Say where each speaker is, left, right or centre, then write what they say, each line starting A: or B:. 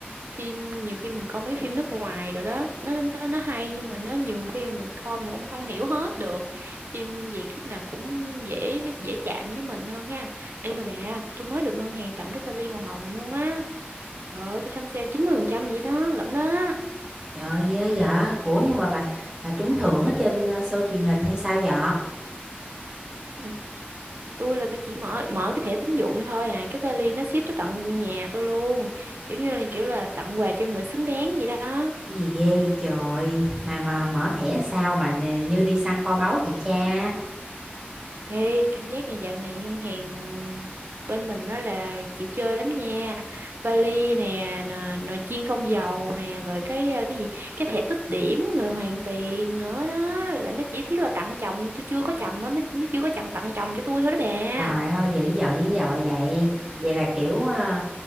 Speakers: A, on the right; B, on the right.
A: phim nhiều khi mình coi mấy cái phim nước ngoài rồi đó nó nó nó hay nhưng mà nó nhiều khi mà mình coi mình cũng không hiểu hết được phim Việt lúc nào cũng dễ nó dễ chạm với mình hơn ha Ê mà bà tôi mới được ngân hàng tặng cái vali màu hồng luôn á trời ơi tôi săn sale 90% vậy đó lận đó
B: Trời ơi, ghê vậy. Ủa nhưng mà bà bà trúng thưởng ở trên à, show truyền hình hay sao vậy?
A: Ừ, tôi là tôi chỉ mở mở cái thẻ tín dụng thôi à cái vali nó ship tới tận nhà tôi luôn kiểu như là kiểu là tặng quà cho người xứng đáng vậy đó
B: gì ghê trời mà mà mở thẻ sao mà nè, như đi săn kho báu vậy cha
A: Ê, cảm giác nhà dạo này ngân hàng bên mình nó là chịu chơi lắm nha. Vali nè, nò- nồi chiên không dầu nè, rồi cái ờ, cái gì, cái thẻ tích điểm rồi hoàn tiền nữa đó. Là nó chỉ thiết là tặng chồng, tôi chưa có chồng nó, nó nó chưa có chồng tặng chồng cho tôi thôi đó bà.
B: trời ơi dữ dội dữ dội vậy vậy là kiểu à,